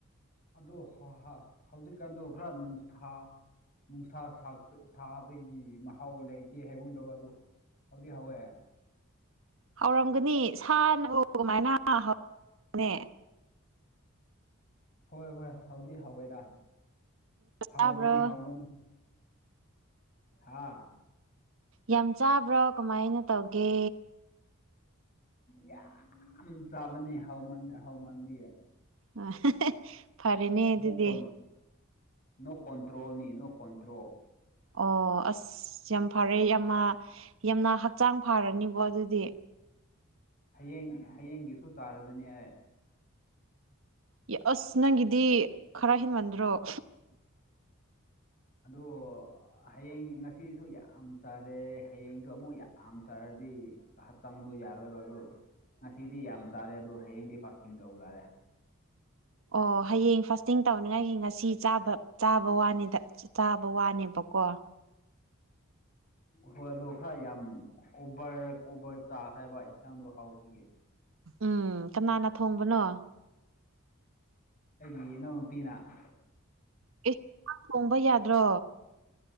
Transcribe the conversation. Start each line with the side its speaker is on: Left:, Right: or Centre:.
Left: ꯑꯗꯣ ꯍꯣ ꯍꯥ ꯍꯧꯖꯤꯛꯀꯥꯟꯗꯣ ꯈꯔ ꯅꯨꯡꯁꯥ ꯅꯨꯡꯁꯥ ꯁꯥꯠꯄ ꯁꯥꯕꯒꯤ ꯃꯍꯥꯎ ꯂꯩꯇꯦ ꯍꯥꯏꯕꯒꯨꯝꯇꯧꯕ ꯑꯗꯣ ꯍꯥꯎꯗꯤ ꯍꯥꯎꯋꯦ
Right: ꯍꯥꯎꯔꯝꯒꯅꯤ ꯁꯥꯅꯕꯨ ꯀꯃꯥꯏꯅ ꯍꯧꯔꯣꯢꯅꯦ
Left: ꯍꯣꯏ ꯍꯣꯏ ꯍꯥꯎꯗꯤ ꯍꯥꯎꯋꯦꯗ ꯍꯥꯎꯕꯅꯤ
Right: ꯆꯥꯕ꯭ꯔꯣ
Left: ꯍꯥꯎꯕꯅꯤ ꯍꯥꯥ
Right: ꯌꯥꯝ ꯆꯥꯕ꯭ꯔꯣ ꯀꯃꯥꯏꯅ ꯇꯧꯒꯦ
Left: ꯌꯥꯝ ꯆꯥꯕꯅꯦ ꯍꯥꯎꯃꯟ ꯍꯥꯎꯃꯟꯕꯒꯤ
Right: ꯑꯥ <unintelligible> ꯐꯔꯦꯅꯦ ꯑꯗꯨꯗꯤ
Left: ꯃꯣꯛ ꯀꯣꯟ ꯅꯣ ꯀꯣꯟꯇ꯭ꯔꯣꯜꯅꯤ ꯅꯣ ꯀꯣꯟꯇ꯭ꯔꯣꯜ
Right: ꯑꯣ ꯑꯁ ꯌꯥꯝ ꯐꯔꯦ ꯌꯥꯝꯅ ꯌꯥꯝꯅ ꯍꯛꯆꯥꯡ ꯐꯔꯅꯤꯕꯣ ꯑꯗꯨꯗꯤ
Left: ꯍꯌꯦꯡ ꯍꯌꯦꯡꯒꯤꯁꯨ ꯆꯥꯔꯕꯅꯦ ꯑꯦ
Right: ꯌꯦ ꯑꯁ ꯅꯪꯒꯤꯗꯤ ꯈꯔ ꯍꯦꯟꯃꯟꯗ꯭ꯔꯣ <unintelligible>
Left: ꯑꯗꯣ ꯍꯌꯦꯡ ꯉꯁꯤꯁꯨ ꯌꯥꯝ ꯆꯥꯔꯦ ꯍꯌꯦꯡꯁꯨ ꯑꯃꯨꯛ ꯌꯥꯝ ꯆꯥꯔꯗꯤ ꯍꯛꯆꯪꯗꯨ ꯌꯥꯔꯣꯏꯕ ꯑꯗꯨ ꯉꯁꯤꯗꯤ ꯌꯥꯝ ꯆꯥꯔꯦ ꯑꯗꯨ ꯍꯌꯦꯡꯗꯤ ꯐꯥꯁꯇꯤꯡ ꯇꯧꯕ ꯇꯥꯔꯦ
Right: ꯑꯣ ꯍꯌꯦꯡ ꯐꯥꯁꯇꯤꯡ ꯇꯧꯅꯤꯡꯉꯥꯏꯒꯤ ꯉꯁꯤ ꯆꯥꯕ ꯆꯥꯕ ꯋꯥꯅꯤꯗ ꯆꯥꯕ ꯋꯥꯅꯦꯕꯀꯣ
Left: ꯍꯣꯏ ꯑꯗꯣ ꯈꯔ ꯌꯥꯝ ꯑꯣꯕꯔ ꯑꯣꯕꯔ ꯆꯥꯈ꯭ꯔꯦꯕ ꯏꯟꯁꯥꯡꯗꯣ ꯍꯥꯎꯕꯒꯤ
Right: ꯎꯝ ꯀꯅꯥꯅ ꯊꯣꯡꯕꯅꯣ
Left: ꯑꯩꯒꯤ ꯏꯅꯥꯎ ꯅꯨꯄꯤꯅ <inaudible>
Right: ꯑꯦ <unintelligible> ꯊꯣꯡꯕ ꯌꯥꯗ꯭ꯔꯣ